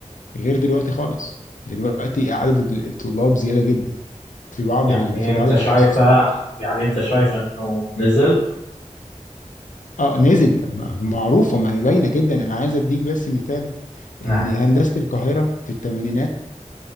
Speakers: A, on the left; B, on the left.
A: غير دلوقتي خالص دلوقتي عدد الطلاب زيادة جدا في بعض
B: يعني
A: ال... في
B: انت
A: بعض التخصصات
B: شايفه يعني انت شايف انه نزل
A: اه نزل م- معروفة ما هي باينة جدا انا عايز اديك بس مثال
B: نعم
A: ان هندسة القاهرة في الثمانينات